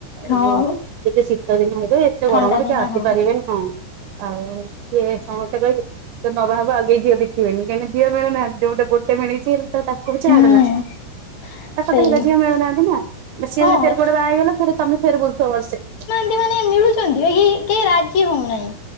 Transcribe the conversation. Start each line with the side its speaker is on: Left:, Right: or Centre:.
Right: ଏ
Left: ହଁ
Right: ଯୋଉ ଟିକେ ଶୀତ ଦିନ ହେଲେ ଏତେ
Left: ଥଣ୍ଡା
Right: ଗରମ ଟିକେ
Left: ଦିନ
Right: ଆସିପାରିବେନି
Left: ହଁ
Right: ହଁ ଆଉ ଏ ସମସ୍ତେ କହିଲେ ତ ନ ବାହା ହବୁ ଆଉ କେହି ଝିଅ ଦେଖିବେନି କାହିଁକି ନା ଝିଅ ମିଳନାହାନ୍ତିଯୋଉ ମୁ ତ ଗୋଟେ ଗୋଟେ ମିଳିଛି ତ ତାକୁ କହୁ
Left: ହୁଁ
Right: ଛାଡେ ନା ଆ ସତ
Left: ସେଇ
Right: ଯେବେ ଝିଅ ମିଳୁନାହାନ୍ତି ନା ସିଏ
Left: ହଁ
Right: ଯଦି ଫେର କୁଆଡ଼େ ବାହାହେଇ ଗଲା ଫେରେ ତମେ ଫେରେ ବୁଲ୍ ଥିବ ବର୍ସେ
Left: ଏ ମାନେ ମିଳୁଛନ୍ତି ଇଏ ଏ କେହି ରାଜି ହଉନାହିଁ